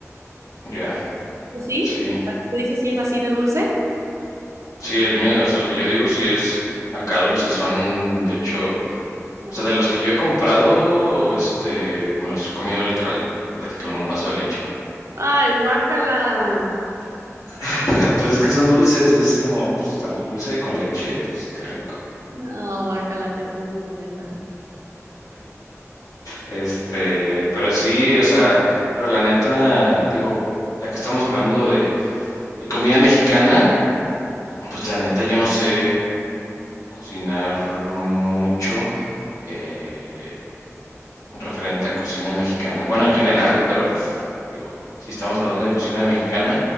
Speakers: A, on the left; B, on the right.
A: Ya.
B: ¿Tú sí?
A: Sí.
B: ¿Tú dices si es así de dulce?
A: Sí, el mío, o sea, el que yo digo sí es acá dulce son, de hecho O
B: Mm.
A: sea, de los que yo he comprado, este, me los he comido literal de que con un vaso de leche.
B: Ay, guácala.
A: <laughs> Pues es que son dulces, es como pues algo dulce con leche, pues qué rico.
B: No, guácala, te fuiste, neta.
A: Este, pero sí, o sea, pero la neta, digo, ya que estamos hablando de, de comida mexicana, pues la neta yo no sé cocinar mucho. Eh, referente a cocina mexicana. Bueno, en general, pero pues digo, si estamos hablando de cocina mexicana,